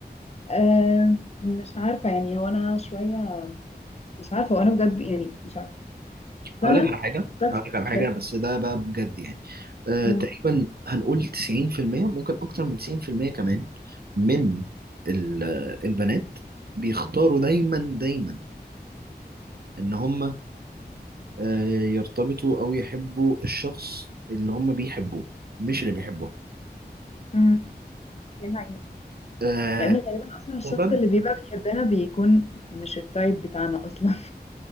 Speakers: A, on the left; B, on the right.
A: أه مش عارفه يعني هو انا شويه مش عارفه وانا بجد يعني مش عارفه بس انا
B: هقول لك على حاجة
A: شخص
B: هقول لك على حاجة بس ده بقى بجد يعني آه،
A: مم.
B: تقريبا هنقول 90% ممكن أكتر من 90% كمان من ال- البنات بيختاروا دايما دايما إن هم آه، يرتبطوا أو يحبوا الشخص اللي هم بيحبوه مش اللي بيحبوه
A: مم. دي حقيقة.
B: آه،
A: لان غالبا اصلا الشخص
B: سبب
A: اللي بيبقى بيحبنا بيكون مش التايب بتاعنا اصلا